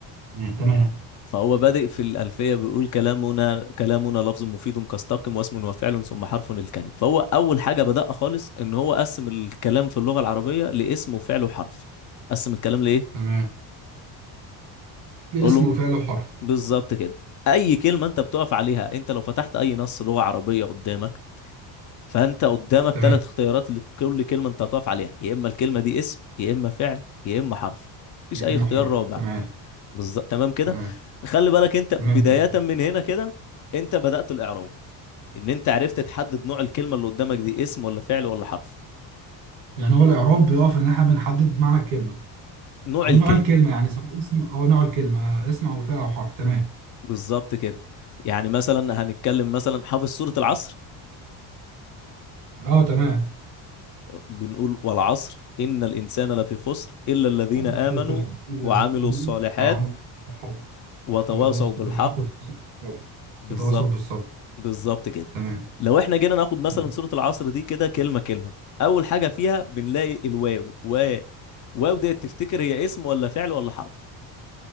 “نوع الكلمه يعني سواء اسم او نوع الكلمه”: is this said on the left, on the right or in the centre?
Right